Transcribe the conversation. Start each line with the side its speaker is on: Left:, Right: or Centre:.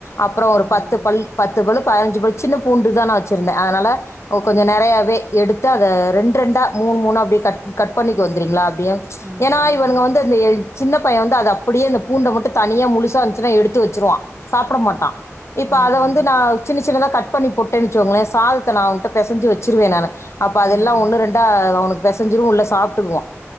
Left: அப்புறோ
Centre: ம்,
Left: ஒரு பத்து பல் பத் த்து போல பதனஞ்சு பழுத் சின்ன பூண்டுதா நா வெச்சிருந்தே அதனால கொ கொஞ்சோ நெறயவே எடுத்து அத ரெண்ட் ரெண் ட்டா மூணு மூணா அப்படி கட் கட் பண்ணி வந்திரிங்களா ஏ
Centre: ம்,
Left: ஏனா இவனுக வந்து அந்த சின்ன பையன் வந்து அத அப்படியா அந்த பூண்ட மட்டும் தனியா முழுசா இருந்துச்சுா எடுத்து வச்சிருவான் சாப்பிட மாட்டான் இப்ப
Centre: ம்,
Left: அத வந்து நான் சின்ன சின்னதா கட் பண்ணி போட்டன் வச்சுங்களேன் சாதத்த நான்ங்கள்டிட்ட பெசஞ்சு வச்சுருவேன் நான் அப்போ அதெல்லாம்
Centre: ம், ம்,
Left: ஒன்னு ரெண்டா அவனு பெசஞ்சரும் உள்ள சாப்பிட்டுருவோம்